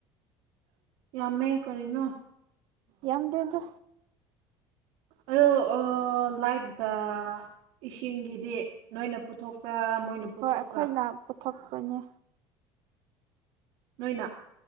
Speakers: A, on the right (about 85°); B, on the right (about 60°).
A: ꯌꯥꯝꯃꯦ ꯀꯔꯤꯅꯣ
B: ꯌꯥꯝꯗꯦꯗ
A: ꯑꯗꯣ ꯑ ꯂꯥꯏꯇꯒ ꯏꯁꯤꯡꯒꯤꯗꯤ ꯅꯣꯏꯅ ꯄꯨꯊꯣꯛꯄ꯭ꯔꯥ ꯃꯣꯏꯅ ꯄꯨꯊꯣꯛꯄ꯭ꯔꯥ
B: ꯍꯣꯏ ꯑꯩꯈꯣꯏꯅ ꯄꯨꯊꯣꯛꯄꯅꯦ
A: ꯅꯣꯏꯅ